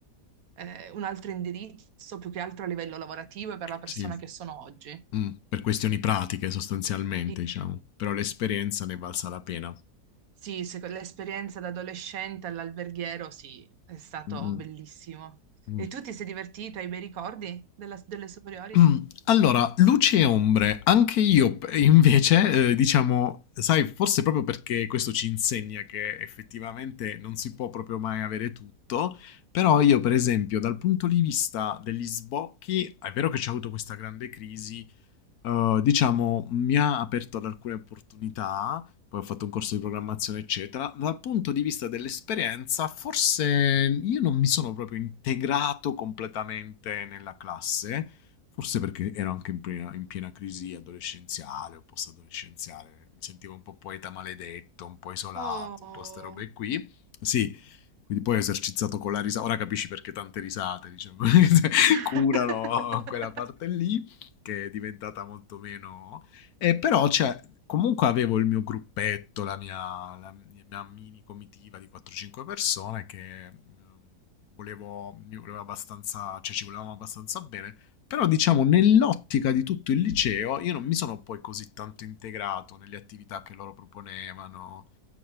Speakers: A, on the right; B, on the left.
A: eh, un altro indirizzo più che altro a livello lavorativo e per la persona
B: sì.
A: che sono oggi.
B: Mh, per questioni pratiche sostanzialmente,
A: Sì,
B: diciamo, però l'esperienza ne è valsa la pena.
A: sì, se- l'esperienza da adolescente all'alberghiero, sì, è stato
B: Mh-mh,
A: bellissimo.
B: mh.
A: E tu ti sei divertito? Hai bei ricordi della- delle superiori?
B: <clears throat> Mm, Allora, luci e ombre, anche io p- invece, eh, diciamo, sai, forse proprio perché questo ci insegna che effettivamente non si può proprio mai avere tutto, però io per esempio dal punto di vista degli sbocchi, è vero che c'è avuto questa grande crisi, eh, diciamo, mi ha aperto ad alcune opportunità, poi ho fatto un corso di programmazione, eccetera. Dal punto di vista dell'esperienza, forse io non mi sono proprio integrato completamente nella classe, forse perché ero anche in piena, in piena crisi adolescenziale o post-adolescenziale, mi sentivo un po' poeta maledetto, un po' isolato,
A: Oh.
B: un po' ste robe qui. Sì, quindi poi ho esercitato con la risata, ora capisci perché tante risate, diciamo, <laughs>
A: <laughs>
B: curano quella parte lì che è diventata molto meno... E però cioè, comunque avevo il mio gruppetto, la mia, la mia mini comitiva di 4-5 persone che ehm, volevo, mi volevo abbastanza, cioè ci volevamo abbastanza bene, però diciamo nell'ottica di tutto il liceo io non mi sono poi così tanto integrato nelle attività che loro proponevano,